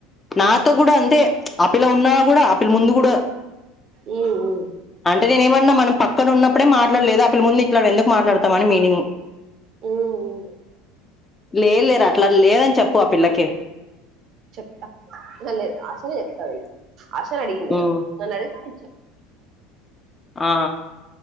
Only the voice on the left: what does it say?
నాతో కూడా అంతే ఆ పిల్ల ఉన్నా కూడా ఆ పిల్ల ముందు కూడ
అంటే నేను ఏమన్నా మన పక్కన ఉన్నప్పుడే మాట్లాడలేదు అప్పుల ముందు ఇట్లాడ ఎందుకు మాట్లాడతామని మీనింగ్
లే లేరా అట్లా లేదని చెప్పు ఆ పిల్లకి
ఉమ్
ఆ